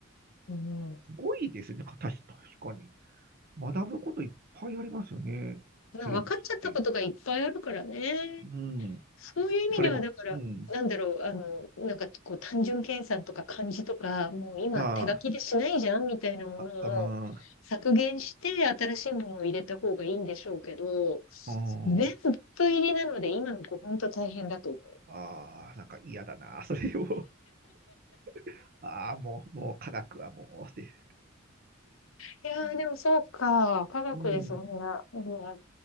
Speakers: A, on the left; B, on the right.
A: うんうん。
B: すごいですね、確確かに。学ぶこといっぱいありますよね。
A: まあ分かっちゃったことがいっぱいあるからね。
B: 生物って。うん。
A: そういう意味では、
B: それも、
A: だから、
B: うん。
A: なんだろう、あの、なんかこう単純計算とか漢字とか、もう今手書きでしないじゃんみたいなものを削減して新しいものを入れた方がいいんでしょうけど、
B: ああ、ああ、う
A: 全部入りなので今の子本当大変だと思う
B: ん。ああ、なんか嫌だな。<laughs> それを、<laughs> ああ、もう、もう科学はもう、って。
A: すいやーでもそうか、
B: うん。
A: 科学でそんな、
B: う
A: うんあ